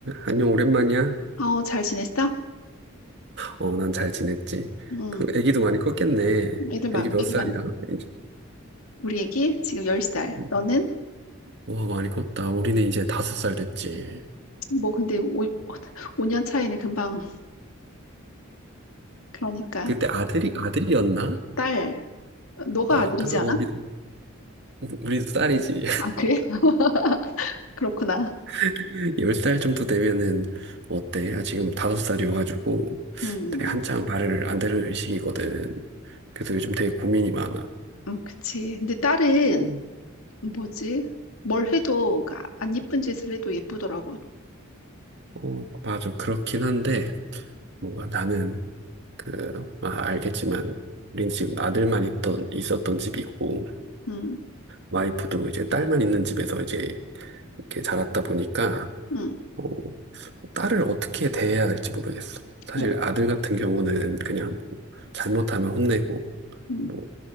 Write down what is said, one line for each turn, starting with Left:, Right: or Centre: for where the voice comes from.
Right: 안녕, 오랜만이야?
Left: 아, 어, 잘 지냈어?
Right: 어, 난 잘 지냈지.
Left: 음,
Right: 그, 애기도 많이 컸겠네.
Left: 애들 막,
Right: 애기 몇
Left: 애기
Right: 살이야?
Left: 많이,
Right: 이제,
Left: 우리 애기 지금 10살.
Right: 음.
Left: 너는?
Right: 와, 많이 컸다. 우리는 이제 다섯 살 됐지.
Left: 뭐, 근데 오 <laughs> 5년 차이는 금방, 그러니까.
Right: 그때 아들이, 아들이었나?
Left: 딸, 너가
Right: 아,
Left: 아들이지
Right: 딸, 어,
Left: 않아?
Right: 우리도, 우리도 딸이지.
Left: 아, 그래? <laughs> 그렇구나.
Right: <laughs> 열 살 정도 되면은, 어때? 아, 지금 다섯 살이어가지고,
Left: 음,
Right: 되게 한창 말을 안 들을 시기거든. 그래서 요즘 되게 고민이 많아.
Left: 음, 그치. 근데 딸은,
Right: 음.
Left: 뭐지? 뭘 해도, 그러니까 안 예쁜 짓을 해도 예쁘더라고.
Right: 어, 맞아. 그렇긴 한데, 뭔가 나는, 그, 아, 알겠지만, 우리는 지금 아들만 있던, 있었던 집이고,
Left: 음,
Right: 와이프도 이제 딸만 있는 집에서 이제 이렇게 자랐다 보니까,
Left: 음,
Right: 어, 딸을 어떻게 대해야 할지 모르겠어. 사실
Left: 어,
Right: 아들 같은 경우는 그냥 뭐 잘못하면 혼내고,
Left: 음,
Right: 뭐,